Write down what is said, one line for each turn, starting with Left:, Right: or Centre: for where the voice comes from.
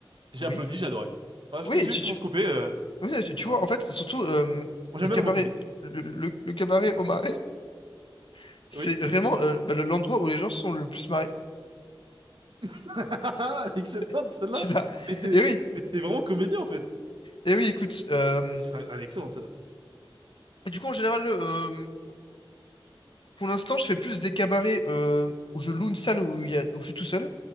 Right: J'ai
Left: oui,
Right: applaudi, j'adorais. Voilà,
Left: oui,
Right: je te suis
Left: tu,
Right: juste
Left: tu,
Right: pour se couper. euh,
Left: oui, tu, tu
Right: voilà.
Left: vois, en fait, surtout euh,
Right: Moi
Left: le
Right: j'aime
Left: cabaret,
Right: bien l'homophobie.
Left: le, le- le cabaret au marais, <laughs> c'est
Right: Oui.
Left: vraiment euh, bah, le- l'endroit où les gens sont le plus marrés.
Right: <laughs> Excellente
Left: <laughs>
Right: celle-là.
Left: Tu l'as.
Right: Mais t'es
Left: Et oui,
Right: mais t'es vraiment comédien en fait.
Left: et oui, écoute. euh,
Right: Mais c'est, elle est excellente celle-là.
Left: et du coup, en général, euh, pour l'instant, je fais plus des cabarets euh, où je loue une salle où, il y a, où je suis tout seul.